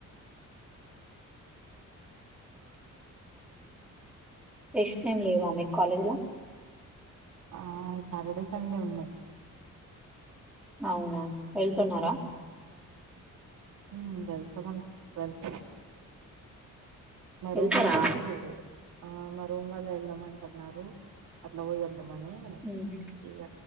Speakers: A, in the centre; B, on the right.
A: ఎస్సేమ్ లేవా మీకు కాలేజ్ ల
B: ఆ సాటర్డే సండే ఉన్నయ్
A: అవునా వెళ్తున్నారా
B: ఉమ్ వెళ్తం అనుకుంట వెళ్తం మా
A: వెళ్తారా
B: రూమ్ వాళ్ళు ఆ మా రూమ్ వాళ్ళు వెళ్దాం అంటున్నారు అట్లా పోయొద్దామని
A: ఉమ్.
B: ఇగ